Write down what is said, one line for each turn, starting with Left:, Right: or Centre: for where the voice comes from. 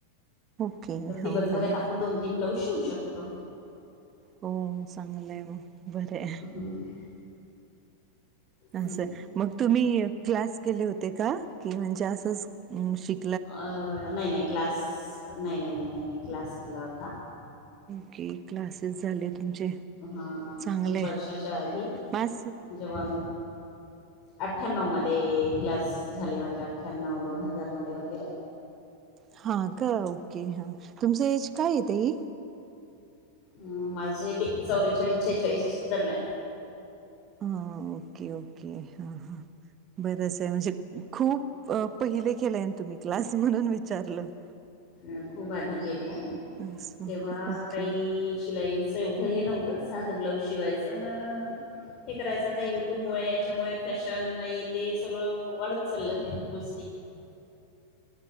Right: ओके
Left: तर
Right: हं
Left: दिवसभरात
Right: हं
Left: आपण दोन तीन ब्लाऊज शिवू शकतो
Right: हो चांगलंय म बरंय
Left: हम्म, हम्म.
Right: असं मग तुम्ही क्लास केले होते का? कि म्हणजे असच शिक
Left: अ नाही नाही क्लास नाही नाही नाही नाही नाही क्लास केला होता
Right: ओके क्लासेस झाले तुमचे
Left: हा
Right: चांगले
Left: खूप वर्षाच्या आधी
Right: माझ
Left: जेव्हा आठ्यानव मध्ये क्लास झाले माझे व आठ्यान्नव दोन हजार मध्ये वगैरे
Right: हा का ओके हा तुमचं एज काय ताई?
Left: हम माझं येज चौवेचाळीस सेहचाळीस दरम्यान
Right: हां ओके ओके हां हां बरंचं आहे म्हणजे खूप अ पहिले केले तुम्ही क्लास म्हणून विचारलं
Left: अ खूप आधी केलाय
Right: असं
Left: तेव्हा
Right: ओके
Left: काही शिलाई एवढं हे नव्हतं साधं ब्लाऊज शिवायचं न हे करायचं आता युट्यूबमुळे याच्यामुळे फॅशन आहे ते सगळं वाढत चालल ह्या गोष्टी
Right: ह <inaudible>